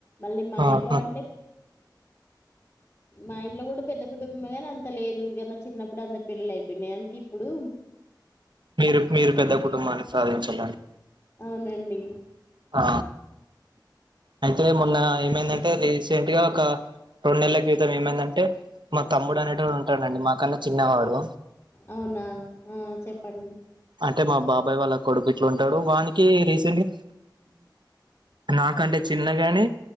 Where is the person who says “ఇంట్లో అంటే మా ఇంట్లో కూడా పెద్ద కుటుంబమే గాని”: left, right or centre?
Left